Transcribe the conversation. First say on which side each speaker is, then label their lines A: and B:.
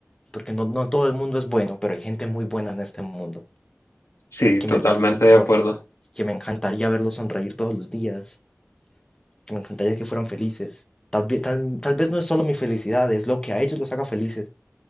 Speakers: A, on the left; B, on the left.
A: porque no, no todo el mundo es bueno, pero hay gente muy buena en este mundo
B: Sí,
A: que
B: totalmente
A: merece lo mejor,
B: de acuerdo.
A: que me encantaría verlos sonreír todos los días, que me encantaría que fueran felices. Tal, ve- tal, tal vez no es solo mi felicidad, es lo que a ellos los haga felices